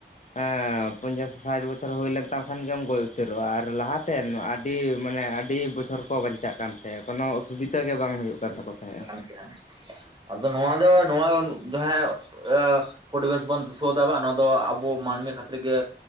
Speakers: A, on the left; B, on the right.
A: ᱮᱸ ᱯᱚᱧᱪᱟᱥ ᱥᱟᱭᱮᱴ ᱵᱚᱪᱷᱚᱨ ᱮᱢ ᱦᱩᱭ ᱞᱮᱱ ᱛᱟᱢ ᱠᱷᱟᱱ ᱜᱮᱢ ᱜᱚᱡ ᱩᱛᱟᱹᱨᱚᱜᱼᱟ ᱟᱨ ᱞᱟᱦᱟ ᱛᱮᱜ ᱟᱹᱰᱤ ᱢᱟᱱᱮ ᱟᱹᱰᱤ ᱵᱚᱪᱷᱚᱨ ᱠᱚ ᱵᱟᱧᱪᱟᱜ ᱠᱟᱱ ᱛᱮ ᱠᱚᱱᱚ ᱚᱥᱩᱵᱤᱫᱟ ᱜᱮ ᱵᱟᱝ ᱦᱩᱭᱩᱜ ᱠᱟᱱ ᱛᱟᱠᱚ ᱛᱟᱦᱮᱸᱜᱼᱟ᱾
B: <unintelligible> ᱟᱫᱚ ᱱᱚᱣᱟ ᱫᱚ ᱱᱚᱣᱟ ᱡᱟᱦᱟᱸ ᱯᱚᱨᱤᱵᱮᱥ ᱵᱚᱱ ᱫᱩᱥᱟᱹᱣ ᱮᱫᱟ ᱵᱟᱝ ᱱᱚᱣᱟ ᱫᱚ ᱟᱵᱚ ᱢᱟᱹᱱᱢᱤ ᱠᱷᱟᱹᱛᱤᱨ ᱜᱮ